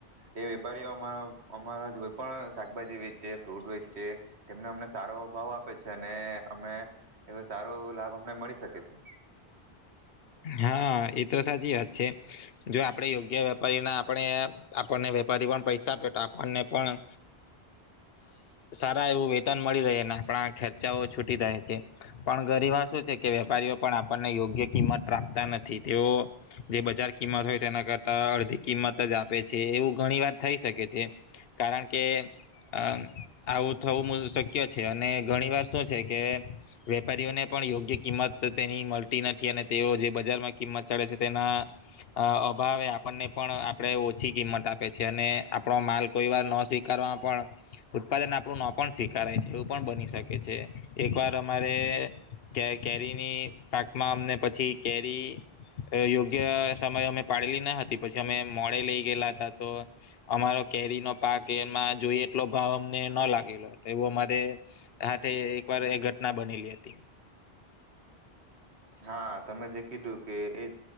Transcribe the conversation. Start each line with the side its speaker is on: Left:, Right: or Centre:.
Right: એ વેપારીઓ અમારા અમારા કોઈ પણ શાકભાજી વેચ ફ્રૂટ વેચ છે તેમને અમને સારો ભાવ આપે છે અને અમે એ સારો એો લાભ અમને મળી શકે છે
Left: હા એ તો સાચી વાત છે જો આપણેે યોગ્ય વેપારી ના આપણે આપણને વેપારી પણ પૈસા આપે તો આપણને પણ સારા એવું વેતન મળી રહે અને આપણા ખર્ચાઓ છૂટી રહે છે પણ ગરીબ શું છે કે વેપારીઓ પણ આપણને યોગ્ય કિંમત રાતા નથી તેઓ જે બજાર કિંમત હોય તેના કરતા અડધી કિંમત જ આપે છે એવું ઘણી વાર થઈ શકે છે કારણ કે અ આવું થવું શક્ય છે અને ઘણી વાર શું છે કે વેપારીઓને પણ યોગ્ય કિંમત તેની મળતી નથી અને તેઓ જે બજારમાં કિંમત ચડે છે તેના અભાવે આપણને પણ આપણે ઓછી કિંમત આપે છે અને આપણો માલ કોઈ વાર ન સ્વીકારવા પણ ઉત્પાદન આપણું ન પણ સ્વીકારાય છે એવું પણ બની શકે છે એકવાર અમારે કે કેરીની પાકમાં અમને પછી કેરી યોગ્ય સમય અમે પાડેલી ના હતી પછી અમે મોડે લઈ ગયેલા હતા તો અમારો કેરી નો પાક એમાં જોઈ એટલો ભાવ અમને ન લાગેલો એવો અમારે હાથે એક વાર એ ઘટના બનેલી હતી
Right: હા તમે જે કીધું કે એ